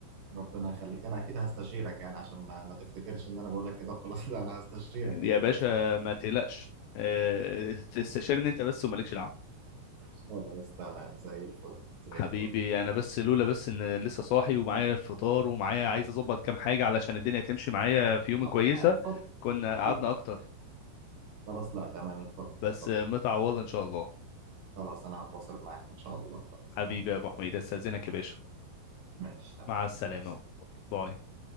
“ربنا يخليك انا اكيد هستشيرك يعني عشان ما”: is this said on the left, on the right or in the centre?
Right